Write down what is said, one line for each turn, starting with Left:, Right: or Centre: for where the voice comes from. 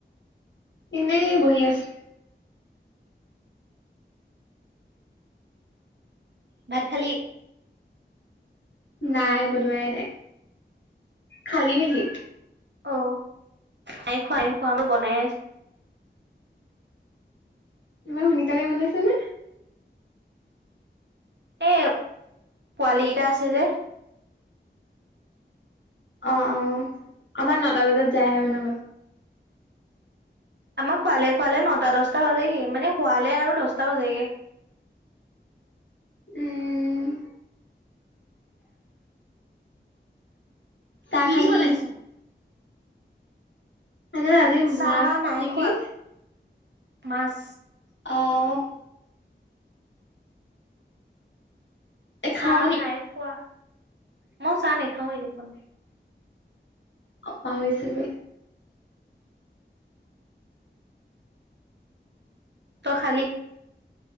Left: এনেই বহি আছো।
Right: ভাত খালী?
Left: নাই বনোৱাই নাই, খালী নেকি?
Right: অ, নাই খোৱা নাই খোৱা আমাৰ বনাই আছে।
Left: ইমান সোনকালে বনাইছে নে।
Right: এ পোৱালী কেইটা আছে যে।
Left: অ', অ', আমাৰ নটা বজাত যায়হে বনাব।
Right: আমাৰ খুৱালে খুৱালে নটা দচটা বাজেগে মানে খুৱালে আৰু দহটা বাজেগে।
Left: উ উম। চাহ
Right: কি
Left: খালি
Right: দি বনাইছ?
Left: মানে আজি
Right: চাহ
Left: মাছ
Right: নাই
Left: নেকি
Right: খোৱা, মাছ
Left: অ'। এ
Right: চাহ
Left: খাও নি
Right: নাই খোৱা, মই চাহ নাখাওঁৱে দেখোন।
Left: অ পা হৈছিলোৱে।
Right: তই খালি